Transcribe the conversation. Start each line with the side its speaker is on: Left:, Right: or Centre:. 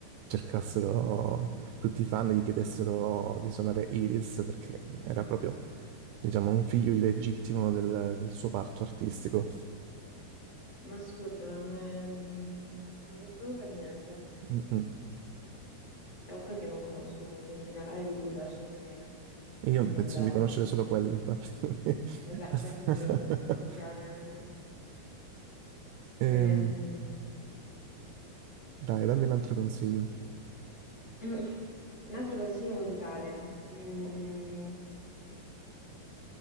Right: cercassero tutti i fan, gli chiedessero di suonare Iris, perché era proprio, diciamo, un figlio illegittimo del, del suo parto artistico.
Left: ma assurdo, non è- non lo sapevo per niente.
Right: Mm, mm.
Left: Tanto che non conosco molto in generale i Goo Goo Dolls come,
Right: Io
Left: come
Right: penso
Left: band.
Right: di conoscere solo quella, infatti.
Left: Esatto,
Right: <laughs>
Left: anch'io, sinceramente.
Right: Ehm,
Left: Ehm,
Right: dai, dammi un altro consiglio.
Left: <laughs> Un altro consiglio musicale. Mm,